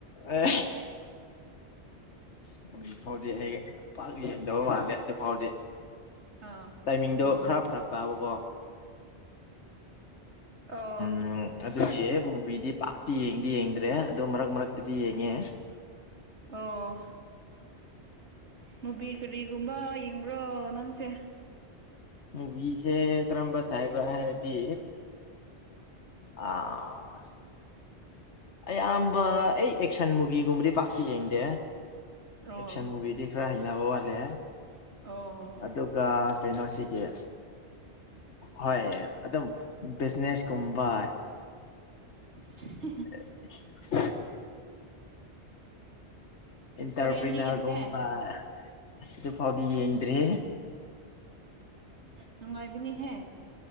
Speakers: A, on the left (about 85°); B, on the right (about 80°).
A: ꯑꯦ ꯍꯧꯖꯤ ꯐꯥꯎꯗꯤ ꯑꯩ ꯄꯥꯛ ꯌꯦꯡꯗꯕ ꯃꯥꯜꯂꯦ ꯑꯗꯨ ꯐꯥꯎꯗꯦ
B: ꯑꯥ
A: ꯇꯥꯏꯃꯤꯡꯗꯣ
B: ꯎꯝ
A: ꯈꯔ ꯐꯔꯛ ꯇꯕꯀꫭ
B: ꯑꯣ
A: ꯎꯝ ꯑꯗꯨꯒꯤ ꯃꯨꯚꯤꯗꯤ ꯄꯥꯛꯇꯤ ꯌꯦꯡꯗꯤ ꯌꯦꯡꯗ꯭ꯔꯦ ꯑꯗꯣ ꯃꯔꯛ ꯃꯔꯛꯇꯗꯤ ꯌꯦꯡꯉꯦ
B: ꯑꯣ ꯃꯨꯕꯤ ꯀꯔꯤꯒꯨꯝꯕ ꯌꯦꯡꯕ꯭ꯔꯣ ꯅꯪꯁꯦ
A: ꯃꯨꯕꯤꯁꯦ ꯀꯔꯝꯕ ꯇꯥꯏꯕ ꯍꯥꯏꯔꯗꯤ ꯑꯥ ꯑꯌꯥꯝꯕ ꯑꯩ ꯑꯦꯛꯁꯟ ꯃꯨꯚꯤꯒꯨꯝꯕꯗꯤ ꯄꯥꯛꯇꯥ ꯌꯦꯡꯗꯦ
B: ꯑꯣ
A: ꯑꯦꯛꯁꯟ ꯃꯨꯚꯤꯗꯤ ꯈꯔ ꯍꯩꯅꯕ ꯋꯥꯠꯂꯦ
B: ꯑꯣ
A: ꯑꯗꯨ ꯑꯥ ꯀꯩꯅꯣꯁꯤꯒꯤ ꯍꯣꯏ ꯑꯗꯨꯝ ꯕꯤꯖꯤꯅꯦꯁ ꯀꯨꯝꯕ
B: <unintelligible>
A: <unintelligible> ꯏꯟꯇꯔꯄ꯭ꯔꯤꯅꯔꯒꯨꯝꯕ
B: ꯀꯣꯔꯤꯌꯟꯗꯤ ꯌꯦꯡꯗꯦ
A: ꯑꯁꯤ ꯐꯥꯎꯗꯤ ꯌꯦꯡꯗ꯭ꯔꯦ
B: ꯅꯨꯡꯉꯥꯏꯕꯤꯅꯤꯍꯦ